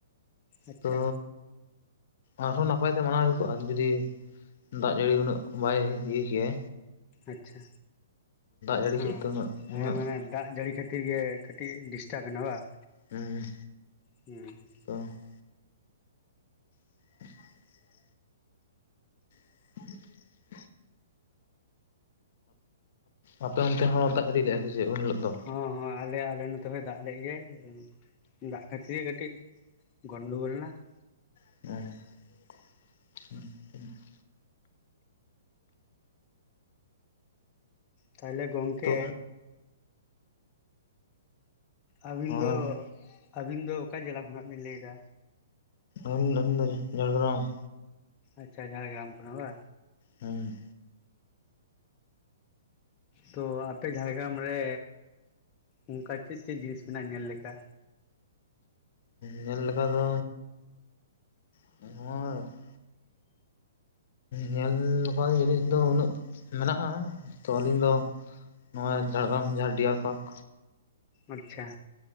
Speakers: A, on the left; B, on the left.
A: ᱟᱪᱪᱷᱟ
B: ᱛᱚ ᱟᱨᱦᱚᱸ ᱱᱟᱯᱟᱭ ᱛᱮ ᱢᱟᱱᱟᱣ ᱦᱩᱭ ᱠᱚᱜᱼᱟ, ᱡᱩᱚᱫᱤ ᱫᱟᱜ ᱡᱟᱹᱲᱤ ᱩᱱᱟᱹᱜ ᱵᱟᱭ ᱤᱭᱟᱹ ᱠᱮᱭᱟ
A: ᱟᱪᱪᱷᱟ
B: ᱡᱟᱹᱲᱤ ᱠᱮᱫ
A: ᱚ
B: ᱛᱮ ᱩᱱᱟᱹᱜ ᱩᱱᱟᱹᱜ
A: ᱦᱮᱸ ᱢᱟᱱᱮ ᱫᱟᱜ ᱡᱟᱹᱲᱤ ᱠᱷᱟᱹᱛᱤᱨ ᱠᱷᱟᱹᱛᱤᱨ ᱜᱮ ᱠᱟᱹᱴᱤᱡ ᱰᱤᱥᱴᱟᱵᱮᱱᱟ ᱵᱟᱝ?
B: ᱦᱮᱸ
A: ᱦᱩᱸ
B: ᱛᱚ ᱾ <unintelligible> <unintelligible> ᱟᱯᱮ ᱚᱱᱛᱮ ᱦᱚᱸ ᱫᱟᱜ ᱡᱟᱹᱲᱤ ᱞᱮᱼᱟ ᱥᱮ ᱩᱱ ᱦᱤᱞᱳᱜ? ᱫᱚ?
A: ᱦᱚᱸ ᱦᱚᱸ ᱟᱞᱮ ᱟᱞᱮ ᱱᱚ ᱱᱚᱛᱮ ᱫᱟᱜ ᱞᱮᱫ ᱜᱮᱭ ᱫᱟᱜ ᱠᱷᱟᱹᱛᱤᱨ ᱜᱮ ᱠᱟᱹᱴᱤᱡ ᱜᱚᱱᱰᱳ ᱜᱳᱞ ᱮᱱᱟ ᱾
B: <unintelligible>
A: ᱛᱟᱦᱚᱞᱮ ᱜᱚᱝᱠᱮ
B: ᱛᱚ
A: ᱟᱹᱵᱤᱱ
B: ᱦᱚᱸ
A: ᱫᱚ ᱟᱹᱵᱤᱱ ᱫᱚ ᱚᱠᱟ ᱡᱮᱞᱟ ᱠᱷᱚᱱᱟᱜ ᱵᱤᱱ ᱞᱟᱹᱭ ᱮᱫᱟ?
B: <inaudible> ᱡᱷᱟᱲᱜᱨᱟᱢ ᱾
A: ᱟᱪᱪᱷᱟ ᱡᱷᱟᱲᱜᱨᱟᱢ ᱠᱷᱚᱱᱟ ᱵᱟ?
B: ᱦᱚᱭ
A: ᱛᱚ ᱟᱯᱮ ᱡᱷᱟᱲᱜᱨᱟᱢ ᱨᱮ ᱚᱱᱠᱟ ᱪᱮᱫ ᱪᱮᱫ ᱡᱤᱱᱤᱥ ᱢᱮᱱᱟᱜᱼᱟ ᱧᱮᱞ ᱞᱮᱠᱟ?
B: ᱧᱮᱞ ᱞᱮᱠᱟ ᱫᱚ! <unintelligible> ᱧᱮᱞ ᱞᱮᱠᱟ ᱡᱤᱱᱤᱥ ᱫᱚ ᱩᱱᱟᱹᱜ ᱢᱮᱱᱟᱜᱼᱟ ᱛᱚ ᱟᱹᱞᱤᱧ ᱫᱚᱼᱼ ᱱᱚᱣᱟ ᱡᱷᱟᱲᱜᱨᱟᱢ ᱡᱟᱦᱟᱸ ᱰᱤᱭᱟᱨ ᱯᱟᱨᱠ
A: ᱟᱪᱪᱷᱟ